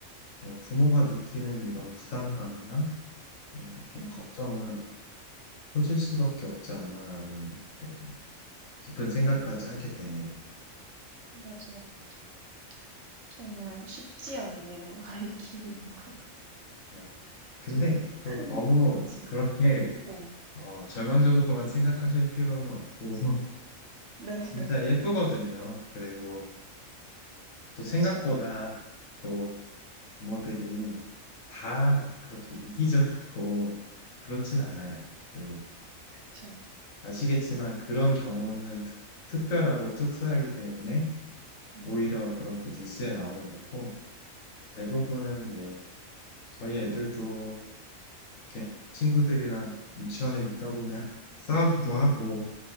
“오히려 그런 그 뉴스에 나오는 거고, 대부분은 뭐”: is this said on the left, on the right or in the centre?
Left